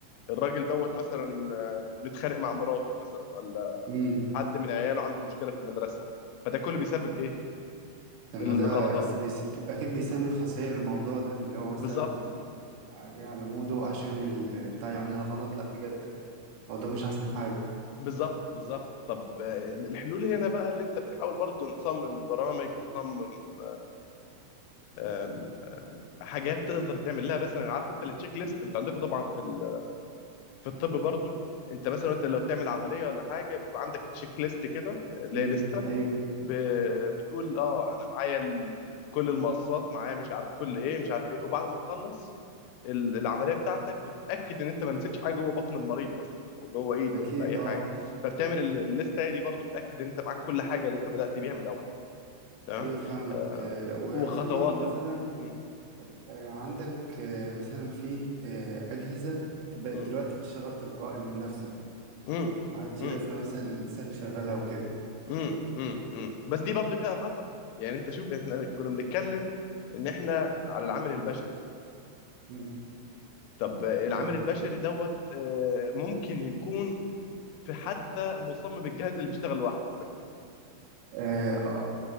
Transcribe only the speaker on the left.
الراجل دوت مثلا آم، متخانق مع مراته مثلا ولا
حد من عياله عنده مشكله في المدرسه فده كله بيسبب ايه
الغلطات
بالظبط
بالظبط بالظبط طب آه، الحلول هنا بقى اللي انت بنحاول برضو نصمم برامج نصمم آم، حاجات تقدر تعمل لها مثلا عارف انت التشيك ليست انت عندكم طبعا في ال- في الطب برضو انت مثلا انت لو بتعمل عمليه ولا حاجه بيبقى عندك تشيك ليست كده اللي
هي لسته
ب... بتقول اه انا معايا ال... كل المقصات معايا مش عارف كل ايه مش عارف ايه وبعد ما تخلص ال- العمليه بتاعتك بتاكد ان انت ما نسيتش حاجه جوه بطن المريض مثلا او جوه ايده
ولا اي
حاجه فبتعمل ال- الليسته دي برضو بتاكد ان انت معاك كل حاجه اللي انت بدات بيها من الاول تمام
آه
وخطواتك
م-
م-
م-
م-
م- م- م. بس دي برضو فيها خطا يعني انت شوف احنا كنا بنتكلم ان احنا على العامل البشري
طب العامل
البشري دوت آه، ممكن يكون في حتى مصمم الجهاز اللي بيشتغل لوحده